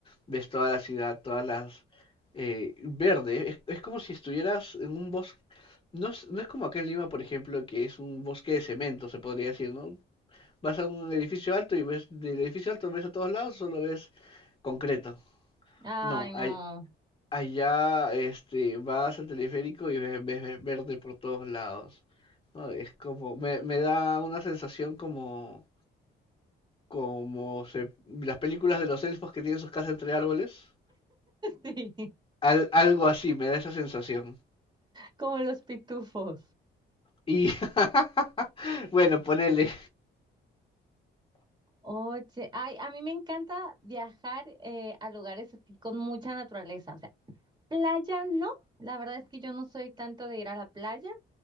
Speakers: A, on the left; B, on the right.
A: Ves toda la ciudad, todas las... eh, verde, es, es como si estuvieras en un bosque... No es, no es como acá en Lima, por ejemplo, que es un bosque de cemento, se podría decir, ¿no? Vas a un edificio alto y ves, del edificio alto ves a todos lados, solo ves concreto.
B: Ay,
A: No,
B: no.
A: hay, Allá, este, vas al teleférico y ves, ves- ves verde por todos lados, ¿no? Es como, me, me da una sensación como, como se- las películas de los elfos que tienen sus casas entre árboles.
B: <laughs> Sí,
A: Al- algo así, me da esa sensación.
B: como los pitufos.
A: Y, <laughs> bueno, ponele.
B: Oye, ay, a mí me encanta viajar eh, a lugares así con mucha naturaleza, o sea, playa no, la verdad es que yo no soy tanto de ir a la playa,